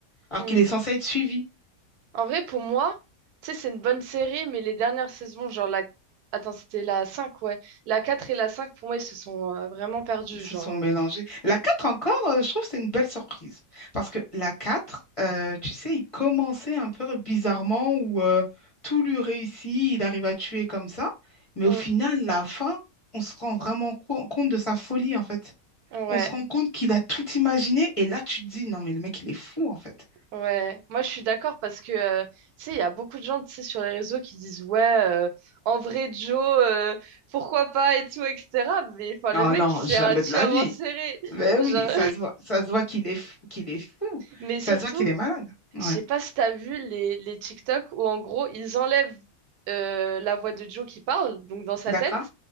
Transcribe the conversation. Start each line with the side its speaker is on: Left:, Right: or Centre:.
Left: alors
Right: Mm.
Left: qu'il est censé être suivi.
Right: En vrai, pour moi, tu sais, c'est une bonne série, mais les dernières saisons, genre, la... Attends, c'était la 5 ouais. La 4 et la 5 pour moi, ils se sont euh, vraiment perdus,
Left: Ils se
Right: genre.
Left: sont
Right: euh.
Left: mélangés. La 4 encore, euh, je trouve que c'est une belle surprise. Parce que la 4, euh, tu sais, il commençait un peu bizarrement où euh, tout lui réussit, il arrive à tuer comme ça. Mais
Right: Mm.
Left: au final, la fin, on se rend vraiment co- compte de sa folie, en fait.
Right: Ouais.
Left: On se rend compte qu'il a tout imaginé et là, tu te dis, non, mais le mec, il est fou, en fait.
Right: Ouais, moi je suis d'accord parce que euh, tu sais, il y a beaucoup de gens tu sais, sur les réseaux qui disent ouais, euh, en vrai Joe, euh, pourquoi pas et tout, etc. Mais enfin, le
Left: Oh
Right: mec,
Left: non,
Right: c'est
Left: jamais
Right: un tueur
Left: de la vie.
Right: en série. <laughs>
Left: Ben
Right: Genre...
Left: oui, ça se voit, ça se voit qu'il est, fou- qu'il est fou.
Right: Mais
Left: Ça
Right: surtout,
Left: se voit qu'il est malade. Ouais.
Right: je sais pas si t'as vu les, les TikTok où en gros ils enlèvent euh, la voix de Joe qui parle, donc dans sa
Left: D'accord?
Right: tête,